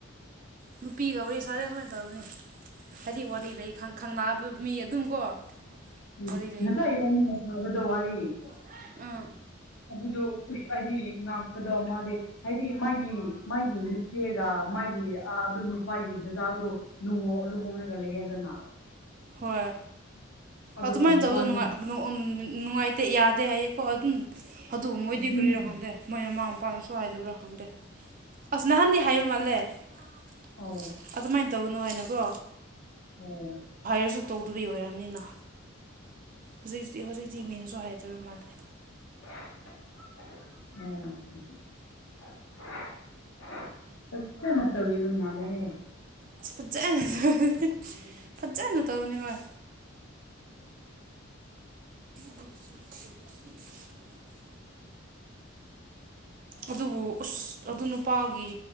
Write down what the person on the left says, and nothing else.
ꯎꯝ
ꯅꯁꯥꯏ ꯏꯕꯥꯅꯤꯅ ꯁꯥꯕꯗꯣ ꯋꯥꯔꯤ
ꯑꯗꯨꯗꯣ ꯎꯁ ꯑꯩꯗꯤ ꯉꯥꯛꯄꯗꯣ ꯃꯥꯗꯤ ꯍꯥꯏꯗꯤ ꯃꯥꯒꯤ ꯃꯥꯒꯤ ꯃꯆꯦꯒ ꯃꯥꯒꯤ ꯑꯑꯗꯨ ꯅꯨꯄꯥꯒꯤ ꯗꯗꯥꯗꯣ ꯂꯨꯍꯣ ꯂꯨꯍꯣꯡꯉꯒ ꯂꯩꯌꯦꯗꯅ
ꯑꯗꯨꯒ
ꯃꯕꯥꯅꯤ
ꯑꯗꯨꯅꯦ
ꯑꯧ
<unintelligible>
<unintelligible> ꯎꯝ <unintelligible> <unintelligible> ꯐꯖꯅ ꯇꯧꯔꯤꯕ ꯃꯥꯜꯂꯦꯍꯦ